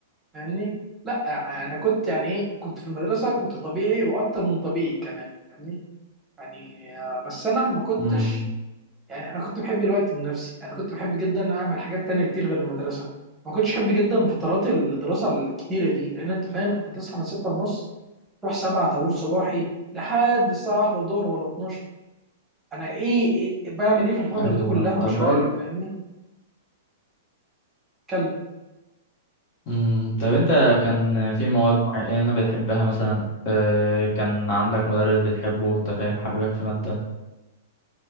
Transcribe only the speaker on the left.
امم
ايوه
فاهم
طب
بقول
امم طب انت كان في مواد معينة بتحبها مثلا اه كان عندك مدرس بتحبه انت فاهم حبيبك في مادة